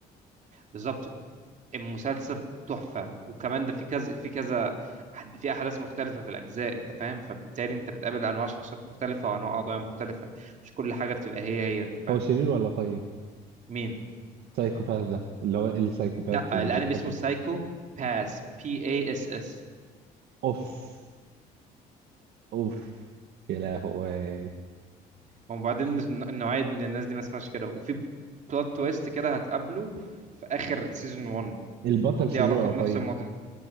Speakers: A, on the right; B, on the right.
A: بالظبط المسلسل تحفة وكمان ده في كذا في كذا أحد- في أحداث مختلفة في الأجزاء أنت فاهم فبالتالي أنت بتقابل أنواع شخصيات مختلفة وأنواع قضايا مختلفة مش كل حاجة بتبقى هي هي أنت فاهم
B: هو شرير ولا طيب
A: مين
B: سايكوباث ده اللي هو السايكوباث
A: لا
B: اللي
A: الأنمي
B: بيتحكم
A: اسمه سايكو
B: ده
A: باس بي اي اس اس
B: اوف اوف يا لهوي
A: وبعدين الن- النوعية من الناس دي ما اسمهاش كده وفي بلوت تويست كده هتقابله في آخر سيزون 1
B: البطل
A: ليه
B: شرير
A: علاقة
B: ولا
A: بنفس
B: طيب
A: الموضوع ده.